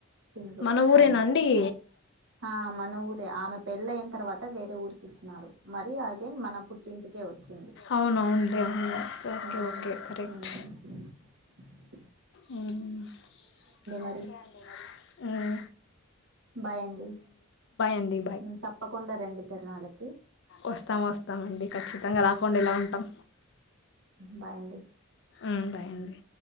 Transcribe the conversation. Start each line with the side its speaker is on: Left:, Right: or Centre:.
Right: తిన్లో
Left: మన ఊరేనా
Right: ఆమెది.
Left: అండి
Right: ఆ మన ఊరె ఆమె పెళ్ళైన తర్వాత వేరే ఊరికి ఇచ్చినారు. మరి అగైన్ మన పుట్టింటికే ఓచ్చింది.
Left: అవునవునులే అవును okay
Right: ఊ
Left: okay correct
Right: um
Left: um
Right: మరి
Left: ఒకే అండి మరి
Right: బాయ్ అండి.
Left: అండి
Right: ఉమ్ తప్పకుండ రండి తిర్ణాలకి
Left: ఓస్తాం ఓస్తామండి ఖచ్చితంగా రాకుండా ఎలా ఉంటాం.
Right: బాయ్ అండి.
Left: ఉమ్ బాయండి.